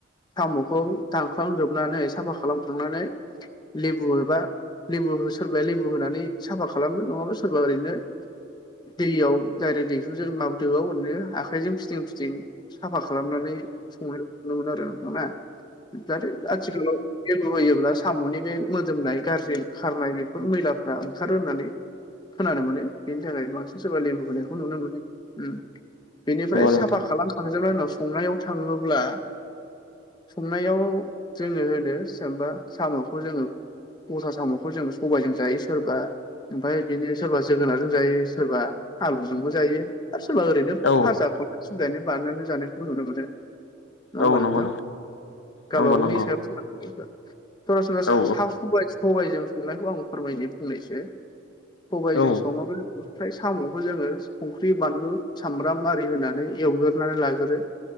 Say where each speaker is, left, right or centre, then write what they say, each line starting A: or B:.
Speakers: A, on the left (about 20°); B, on the left (about 65°).
A: साम'खौ दानख्लाम जोबनानै साफा खालामखांनानै लेबु एबा लेबु हो सोरबाया लेबु होनानै साफा खालागोन नङाबा सोरबा ओरैनो दैयाव दायरेक्ट दैहुजों माबा दोआव ओरैनो आखाइजों फिदिं फिदिं साफा खालामनानै संनो नुनो मोनो आरो नोंथां ना नाथाय आथिखालाव लेबु होयोब्ला साम'नि बे मोदोमनाय गाज्रि खारनाय बेफोर मैलाफ्रा ओंखारो होननानै खोनानो मोनो बेनि थाखाय बांसि सोरबा लेमबु होनायखौ नुनो मोनो उम बेनिफ्राय
B: नोंथां
A: साफा खालाम खांजोबनाय उनाव संनायाव थाङोब्ला संनायाव जोङो होनो <unintelligible> साम'खौ जोङो ग'था साम'खौ जोङो सबायजों जायो सोरबा ओमफाय बिनि सोरबा जोगोनारजों जायो सोरबा आलुजोंबो जायो आरो सोरबा ओरैनो
B: औ
A: भाजा <unintelligible> बानायनानै जानायखौबो नुनो मोनो। नङा होमबा
B: औ नंगौ
A: नोंथां गावबा
B: नंगौ
A: गावनि
B: नंगौ
A: सायाव <unintelligible> सरासनसा
B: औ
A: सा सबाइ सबाइजों संनायखौ आं फोरमायनि फंनैसो। सबाइजों
B: औ
A: सङो <inaudible> थाय साम'खौ जोङो संख्रि बानलु सामब्राम आरि होनानै एवग्रोनानै लाग्रो।